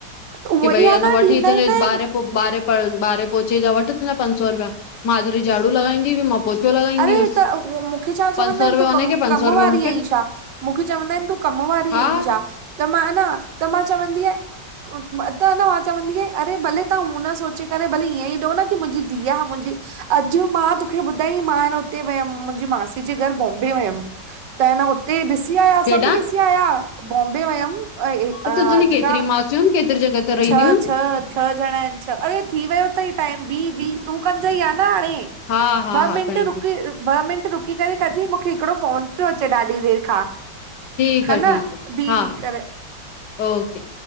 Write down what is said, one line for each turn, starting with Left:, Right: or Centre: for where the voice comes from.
Right: उहो
Left: की भई
Right: ई आ
Left: अन न वठ
Right: ॾींदा
Left: इये तुंजे
Right: ई न आहिनि
Left: ॿार पो ॿारे ॿारे पोचे जा वठ तुंजा पंज सौ रुपया माधुरी झाडू लॻाईंदी हुई मां पोचो लॻाईंदी
Right: अरे
Left: हुअसि
Right: त मुखे छा चवंदा
Left: पंज सौ
Right: आहिन
Left: रुपया
Right: तूं
Left: हुनखे
Right: कम
Left: पंज
Right: कम
Left: सौ रुपया
Right: वारी
Left: मूंखे
Right: आईं छा? मुखे चवंदा आहिन तूं कम वारी
Left: हा
Right: आईं छा? त मां न त मां चवंदी आ त न मां चवंदी आयां अरे भले तहां हू न सोचे करे भले ईअं ई ॾियो न की मुंजी धीउ आ मुंजी अॼ मां तोखे ॿुधाई मां न हुते वयम मुंजी मांसी जे घर बॉम्बे वयम। त न उते ॾिसी आया
Left: केॾां
Right: सभ ॾिसी आया बॉम्बे वयम अ
Left: हिते
Right: अॼ
Left: तुंहिंजी
Right: खां
Left: <unintelligible> केतिरी जॻह ते रहंदियूं
Right: छह
Left: आहिनि
Right: छह छह ॼणा आइन छह अरे थी वयो तई टाइम भी भी तूं कंज ई आ न हाणे
Left: हा हा
Right: ॿ
Left: हा
Right: मिंट
Left: खणी
Right: रुक
Left: थी
Right: ॿ मिंट रुकी करे कजइ मूंखे हिकड़ो फोन पियो अचे ॾाढी देर खां।
Left: ठीक
Right: हा
Left: आ
Right: न
Left: ठीक आ
Right: बी
Left: हा
Right: बी करे
Left: ओके।